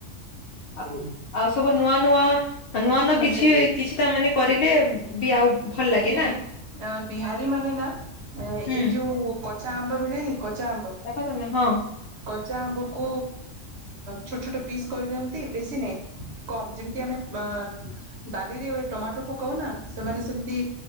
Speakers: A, on the left; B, on the right.
A: ଆଉ ସବୁ ନୂଆ ନୂଆ। ନୂଆ ନୂ
B: ହୁଁ
A: କିଛି କିଛି ତା ମାନେ। କରିଲେ ବି ଆଉ ଭଲ ଲାଗେ
B: ଏଇ
A: ନା
B: ବିହାରୀ ମାନେ ନା ଏଇ
A: ହୁଁ
B: ଯୋଉ କଚା ଆମ୍ବ ମିଳେନି କଚା ଆମ୍ବ
A: ଦେଖ ତମେ ହଁ
B: କଚା ଆମ୍ବ କ ଛୋଟ ଛୋଟ ପିସ୍ କରିଦିଅନ୍ତି ବେଶି ନାହି କମ ଯେମିତି ଆମେ ଆ ଡାଲିରେ ଟମାଟୋ ପକାଉ ନା ସେମାନେ ସେମି ତି